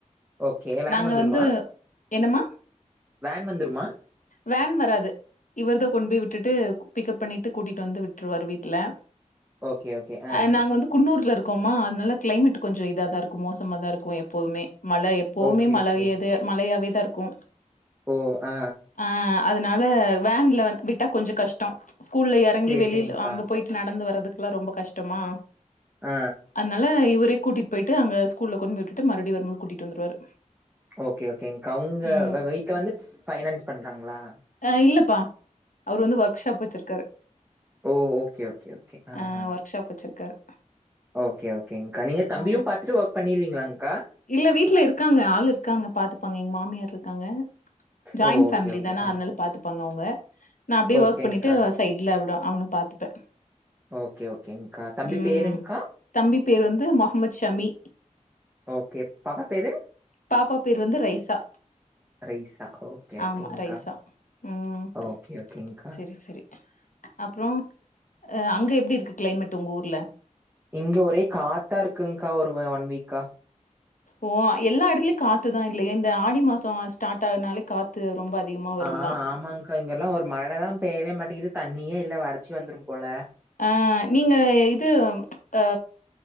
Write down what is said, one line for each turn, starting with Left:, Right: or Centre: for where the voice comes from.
Right: ஓகே வேன்
Left: நாங்க
Right: வந்துருமா
Left: வந்து என்னம்மா
Right: வேன் வந்துருமா
Left: வேன் வராது இவர்தா கொண்டு போய் விட்டுட்டு பிக்கப் பண்ணிட்டு கூட்டிட்டு வந்து விட்ருவாரு வீட்ல
Right: ஓகே ஓகே ஆ
Left: அ நாங்க வந்து குன்னூர்ல இருக்கோமா அதுனால கிளைமேட்டு கொஞ்ச இதா தா இருக்கு மோசமா தா இருக்கு எப்போதுமே மழ எப் ப்போவுமே
Right: ஓகே
Left: மழயது
Right: ஓகே
Left: மழையாவேதா இருக்கு
Right: ஓ ஆ
Left: ஆ அதுனால வேன்ல வந் விட்டா கொஞ்ச கஷ்ட ஸ்கூல்ல எறங்கி
Right: சேரி
Left: வெளில
Right: சேரிங்க்கா
Left: அங்க போயி நடந்து வரதுக்குலா ரொம்ப கஷ்டமா
Right: ஆ
Left: அதனால இவரே கூட்டிட்டு போயிட்டு அங்க ஸ்கூல்ல கொண்டு போய் விட்டுட்டு மறுவடி வரும்போது கூட்டிட்டு வந்துருவாரு
Right: ஓகே ஓகேங்க்கா அவ்ங்க
Left: ம்
Right: வ வீட்ல வந்து ஃபைனான்ஸ் பண்றாங்ளா
Left: ஆ இல்லப்பா அவரு வந்து ஒர்க்ஷாப் வச்சிருக்காரு
Right: ஓ ஓகே ஓகே ஓகே ஆஹா
Left: ஆ ஒர்க்ஷாப் வச்சிருக்காரு
Right: ஓகே ஓகேங்க்கா நீங்க
Left: ஆ
Right: தம்பியு பாத்துட்டு ஒர்க் பண்ணிருவீங்ளாங்க்கா
Left: இல்ல வீட்ல இருக்காங்க ஆள் இருக்காங்க பாத்துப்பாங்க எங்க மாமியார் இருக்காங்க ஜாயின்
Right: ஓ
Left: ஃபேம்லி
Right: ஓகே ஓகே
Left: தான
Right: ஆ
Left: அதுனால பாத்துப்பாங்க அவுங்க நா அப்டியே
Right: ஓகேங்க்கா
Left: ஒர்க் பண்ணிட்டு சைட்ல எப்டு அவன பாத்துப்பே
Right: ஓகே ஓகேங்க்கா தம்பி
Left: ம்
Right: பேருங்க்கா
Left: தம்பி பேர் வந்து மொஹமத் ஷமி
Right: ஓகே பாப்பா பேரு
Left: பாப்பா பேர் வந்து ரைஸா
Right: ரைசா ஓகே ஓகேங்க்கா
Left: ஆமா ரைஸா ம்
Right: ஓகே ஓகேங்க்கா
Left: செரி செரி அப்றோ அ அங்க எப்டி இருக்கு க்ளைமெட் உங்க ஊர்ல
Right: இங்க ஒரே காத்தா இருக்குங்க்கா ஒரு வ ஒன் வீக்கா
Left: ஓ எல்லா எடத்துலயு காத்துதா இல்லியா இந்த ஆடி மாசோ ஸ்டாட் ஆகுனாலே காத்து ரொம்ப அதிகமா வருந்தா
Right: ஆ ஆமாங்க்கா இங்கெல்லா ஒரு மழ தா பேய்வே மாட்டிங்குது தண்ணியே இல்ல வறட்சி வந்துரு போல
Left: ஆ நீங்க இது அ